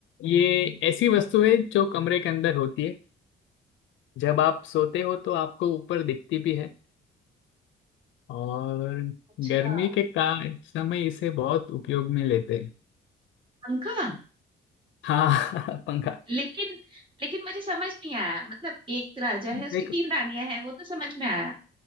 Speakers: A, on the left; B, on the right.
A: ये ऐसी वस्तु है जो कमरे के अंदर होती है जब आप सोते हो तो आपको ऊपर दिखती भी है और
B: अच्छा
A: गर्मी
B: अच्छा
A: के का समय इसे बहुत उपयोग में लेते हैं
B: पंखा
A: हाँ <laughs> पंखा
B: लेकिन लेकिन मुझे समझ नहीं आया मतलब एक राजा
A: देखो
B: है उसकी तीन रानियां हैं वो तो समझ में आया